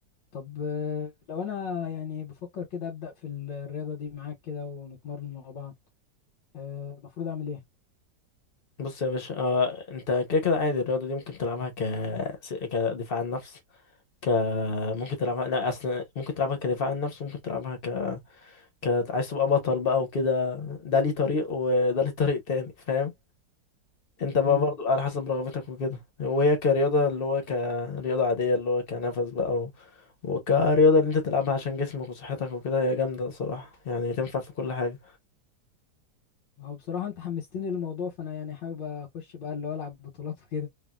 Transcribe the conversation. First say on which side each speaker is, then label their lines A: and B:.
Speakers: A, on the left; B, on the left.
A: طب آه، لو انا يعني بفكر كده ابدا في الرياضه دي معاك كده ونتمرن مع بعض المفروض اعمل ايه
B: بص يا باشا آه، انت كده كده عادي الرياضة دي ممكن تلعبها ك س- كدفاع عن النفس ك ممكن تلعبها لا اصل ممكن تلعبها كدفاع عن النفس ممكن تلعبها ك... ك عايز تبقى بطل بقى وكده ده ليه طريق وده ليه طريق تاني فاهم انت بقى
A: امم
B: برضو على حسب رغبتك وكده وهي كرياضة اللي هو كرياضة عادية اللي هو كنفس بقى و... وكرياضة اللي انت تلعبها عشان جسمك وصحتك وكده هي جامدة صراحة يعني تنفع في كل حاجة
A: هو بصراحه انت حمستني للموضوع فانا يعني حابب اخش بقى اللي هو العب بطولات وكده